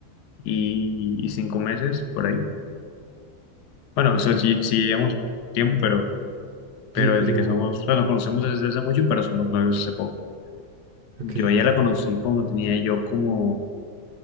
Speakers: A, on the left; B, on the right.
A: y, y cinco meses por ahí. Bueno, eso sí, sí llevamos tiempo, pero, pero
B: Sí, pero...
A: desde que somos, o sea, nos conocemos desde hace mucho, pero somos novios hace poco.
B: Ok,
A: Yo a ella la conocí cuando tenía yo como,